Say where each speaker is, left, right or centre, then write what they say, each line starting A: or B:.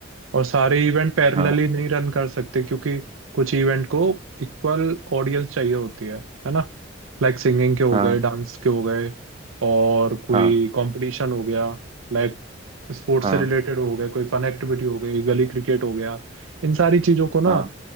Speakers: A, on the right; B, on the right.
A: और सारे इवेंट पैरेलली
B: हाँ
A: नहीं रन कर सकते क्योंकि कुछ इवेंट को इक्वल ऑडियंस चाहिए होती है है ना लाइक सिंगिंग के हो
B: हाँ
A: गए डांस के हो गए और कोई
B: हाँ
A: कंपटीशन हो गया लाइक स्पोर्ट्स
B: हाँ
A: से रिलेटेड हो गए कोई फन एक्टिविटी हो गई गली क्रिकेट हो गया इन सारी चीज़ों को ना
B: हाँ